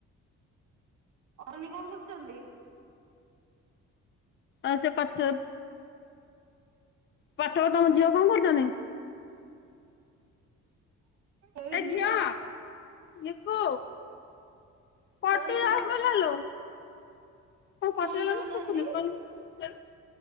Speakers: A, on the right; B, on the left.
A: ଅନି କଣ କରୁଛନ୍ତି?
B: ଆସ ପଚପ। ପାଠ ତମ ଝିଅ କଣ କରୁଛନ୍ତି?
A: ଏଇଠି
B: ଏ ଝିଅ
A: ଖେ
B: ଲିକୁ ପଟି
A: ସେମାନେ ସିନା
B: ଆଉ କଣ ଲେଲୁ? କଣ
A: ସ୍କୁଲ
B: କଟିଗଲାଣି
A: ଯାଉନାହାନ୍ତି
B: ଶୁଭୁନି କିଛି